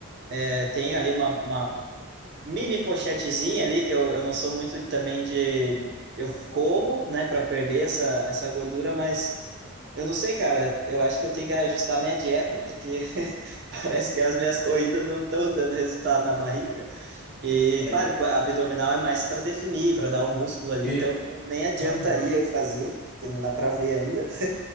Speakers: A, on the right; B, in the centre.
A: é, tem ali uma, uma mini pochetezinha ali, que eu, eu não sou muito também de. Eu corro, né, para perder essa, essa gordura, mas eu não sei, cara. Eu acho que eu tenho que ajustar minha dieta, porque <laughs> parece que as minhas corridas não estão dando resultado na barriga. E
B: é.
A: claro, que a abdominal é mais para definir, para dar o músculo ali,
B: Isso.
A: então nem adiantaria
B: Aham.
A: eu fazer, porque não dá para ver ainda.